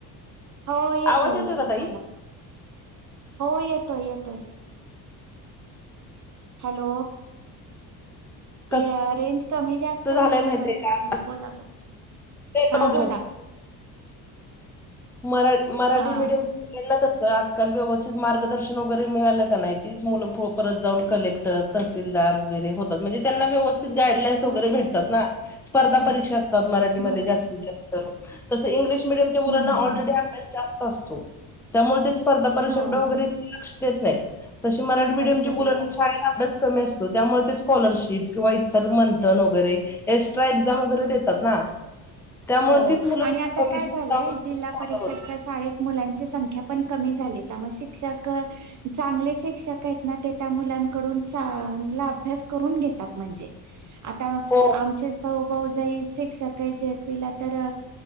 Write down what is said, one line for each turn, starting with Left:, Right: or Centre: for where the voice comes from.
Right: हो येतोय
Centre: आवाज
Right: येतोय
Centre: का ताई
Right: बोला. हो येतोय येतोय हॅलो!
Centre: कसं
Right: या रेंज कमी जास्त होतीय
Centre: झालंय माहितीय
Right: वाटत
Centre: का
Right: ह बोला बला
Centre: नेट प्रॉब्लेम
Right: हा बोला
Centre: मरा मराठी
Right: हा
Centre: मीडियम यांना कस तर आजकाल व्यवस्थित मार्गदर्शन वगैरे मिळालं का नाही, तीच मुलं फुळ परत जाऊन कलेक्टर तहसीलदार वगैरे होतात. म्हणजे त्यांना व्यवस गाईडलाईन्स वगैरे
Right: होतात
Centre: भेटतात ना! स्पर्धा परीक्षा अस तात मराठीमध्ये
Right: बरोबर
Centre: जास्तीत जास्त तसं इंग्लिश मिड मुलांना
Right: हम्म
Centre: ऑलरडी
Right: हम्म
Centre: अभ्यास जास् असतो त्यामुळे ते स्पर्धा परीक्षक
Right: हो
Centre: डगैरे
Right: हो
Centre: लक्ष <unintelligible> तेेत नाही. तशी मराठी मीडियमच्या
Right: लक्ष देत
Centre: मुला
Right: नाही.
Centre: शाळेला अभ्यास, कमीअस त्या त्यामुळे स्कॉलरशिप किवा इर मंथन वगैरे एक्ट्रा एक्झाम वैरे दात ना! त्यामुळे
Right: हो
Centre: तीच मुलं
Right: आणि आता
Centre: भविष्यात
Right: काय. कसं झालंय
Centre: जाऊन
Right: जिल्हा
Centre: स्कॉलर
Right: परिषद
Centre: होतात.
Right: च्या शाळेत म मुलांची संख्या पण क झाली त्या शिक्षक चांगले शिक्षक आहेत ना! ते त्या मुलांकडून चांगला अभ्यास करून घेतात म्हणजे. आता
Centre: हो,
Right: आमच्याच भाऊ भाऊ जाई शिक्षक आहे जे. तर